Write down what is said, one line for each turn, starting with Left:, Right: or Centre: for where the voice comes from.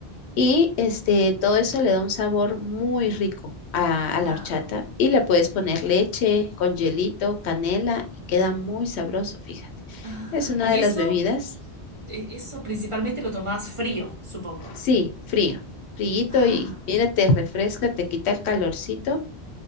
Left: Y este, todo eso le da un sabor muy rico a, a la
Right: Ah,
Left: horchata y le puedes poner leche con hielito, canela y queda muy sabroso, fíjate.
Right: ah,
Left: Es una
Right: y
Left: de
Right: eso,
Left: las bebidas,
Right: e- eso principalmente lo tomás frío, supongo.
Left: sí, frío, fríito
Right: Ah,
Left: y mira, te refresca, te quita el calorcito